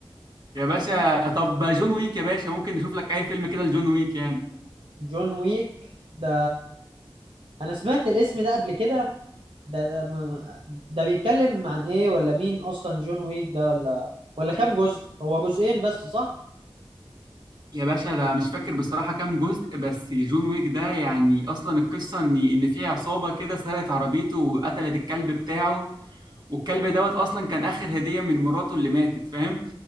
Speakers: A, on the right; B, on the right.
A: يا باشا طب جون ويك يا باشا ممكن نشوف لك اي فيلم كده لجون ويك يعني
B: جون ويك ده انا سمعت الاسم ده قبل كده ده ده, ما... ده بيتكلم عن ايه ولا مين اصلا جون ويك ده ولا ولا كام جزء هو جزئين بس صح
A: يا باشا ده مش فاكر بصراحة كام جزء بس جون ويك ده يعني أصلا القصة إن إن في عصابة كده سرقت عربيته وقتلت الكلب بتاعه والكلب دوت أصلا كان آخر هدية من مراته اللي ماتت فاهم